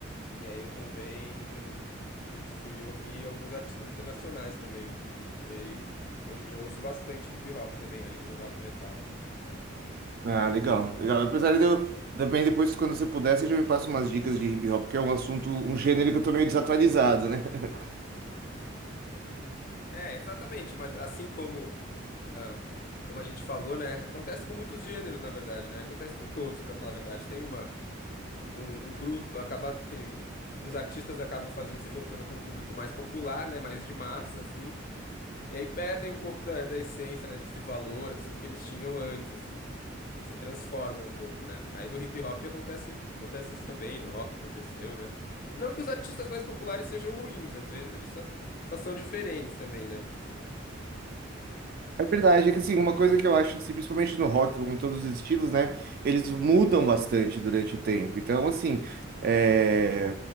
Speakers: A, on the left; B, on the right.
A: E aí eu também fui, fui ouvir alguns artistas internacionais também. E aí hoje em dia eu ouço bastante hip hop também, além de rock e metal.
B: Ah, legal, legal. Apesar de eu também depois, quando você puder, você já me passa umas dicas de hip hop, que é um assunto, um gênero que eu tô meio desatualizado, né? <laughs>
A: É, exatamente, mas assim como, ah, como a gente falou, né? Acontece com muitos gêneros, na verdade, né? Acontece com todos, pra falar a verdade. Tem uma. um, um grupo, acaba que ele- uns artistas acabam fazendo se voltando para um público mais popular, né, mais de massa, assim, e aí perdem um pouco da, da essência, né, desse valor, assim, que eles tinham antes, assim, se transformam um pouco, né. Aí no hip hop acontece, acontece isso também, no rock aconteceu, né. Não que os artistas mais populares sejam ruins, às vezes eles só, só são diferentes também, né.
B: É verdade, é que assim, uma coisa que eu acho, assim, principalmente no rock, como em todos os estilos, né, eles mudam bastante durante o tempo. Então, assim, é,